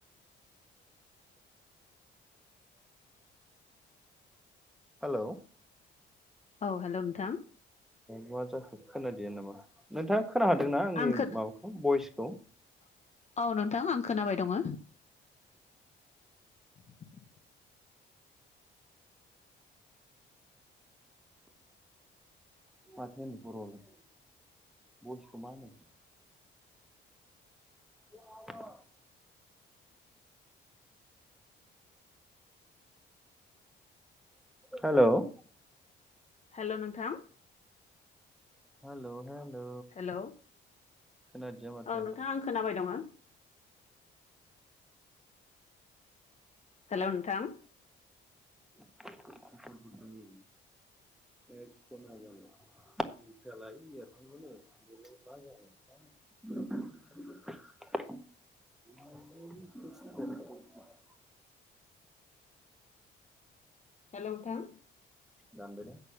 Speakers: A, in the centre; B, on the left (about 35°).
A: हेल'?
B: औ हेल' नोंथां।
A: मा जाखो खोनादिया नामा नोंथांङा खोनादोंना आंनि
B: आं खो
A: माबाखौ बइसखौ
B: औ नोंथां आं खोनाबाय दंङ। <inaudible>
A: माथो होनो बर'आवलाय बयसखौ मा होनो? औव हेल'?
B: हेल' नोंथां?
A: हेल' हेल'?
B: हेल' औ
A: खोनादिया माथो
B: नोंथां आं खोनाबाय दंङ हेल' नोंथां।
A: <inaudible> <inaudible> <inaudible> <inaudible> <inaudible>
B: हेल' नोंथां?
A: दानबाय दा।